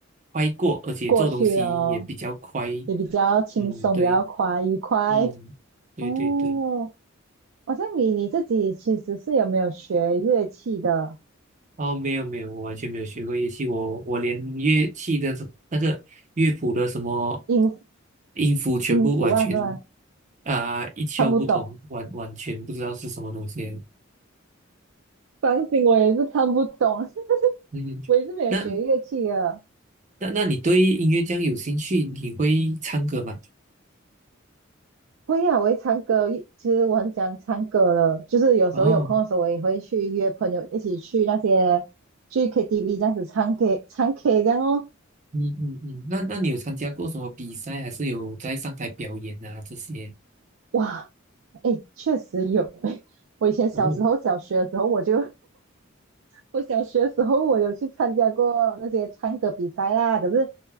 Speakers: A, on the right; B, on the right.
A: 快过，而且做东西也比较快。
B: 过去哦，也比较轻松，
A: 嗯，对，
B: 比较快愉快
A: 嗯，对对对。
B: 哦。好像你你自己其实是有没有学乐器的
A: 哦，没有没有，我完全没有学过乐器，我我连乐器的什那个乐谱的什么
B: 音
A: 音符全部完全
B: 音符啊，是吗？
A: 啊、一窍不通，
B: 看不懂。
A: 完完全不知道是什么东西。
B: 钢琴我也是看不懂，<laughs>
A: 嗯，
B: 我也是没有学乐器的。
A: 那那那你对音乐这样有兴趣，你会唱歌吗？
B: 会啊，我会唱歌，其实我很喜欢唱歌的，就是有时候有空的时候，
A: 哦，
B: 我也会去约朋友一起去那些去 KTV 这样子唱 K 唱 K 这样哦。
A: 嗯嗯嗯，那那你有参加过什么比赛，还是有在上台表演啊这些？
B: 哇，哎，确实有。<laughs> 我以前小时候小学的时候，
A: 哦，
B: 我就我小学的时候我有去参加过那些唱歌比赛啦，可是